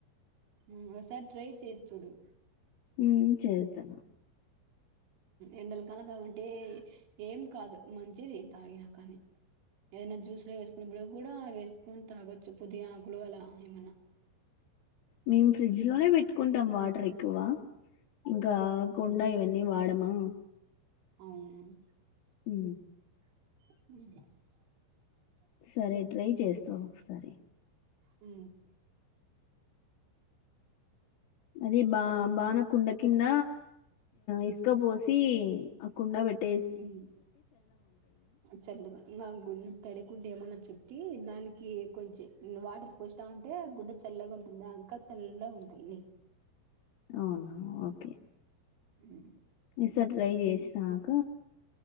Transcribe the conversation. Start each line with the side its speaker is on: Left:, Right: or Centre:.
Right: ఉమ్ ఒకసారి ట్రై చేసి చూడు
Left: ఉ చేస్తా
Right: ఎండలకాల కాబట్టి ఏం కాదు మంచిది తాగిన కానీ ఏదైనా జ్యూస్లో వేసుకున్నప్పుడు కూడా వేసుకొని తాగొచ్చు పుదీనాకులు అలా ఏమన్నా
Left: మేము ఫ్రిడ్జ్ లోనే పెట్టుకుంటాం వాటర్ ఎక్కువ ఇంకా గుండా
Right: ఉమ్,
Left: ఇవన్నీ వాడమా
Right: అవును
Left: ఉ
Right: ఉ
Left: సరే ట్రై చేస్తా ఒకసారి
Right: ఉ
Left: అదే బా బాన కుండ కింద ఇసుక పోసి ఆ కుండ పెట్
Right: ఉమ్ చలగ తడి గుడ్డ ఏమన్న చుట్టి దానికి కొంచెం వాటర్ పోసావంటే గుడ్డ చల్లగా ఉంటుంది ఇంకా చల్లగా ఉ టది
Left: అవునా ఓకే
Right: ఉ
Left: ఇసారి ట్రై చేస్తా ఆగు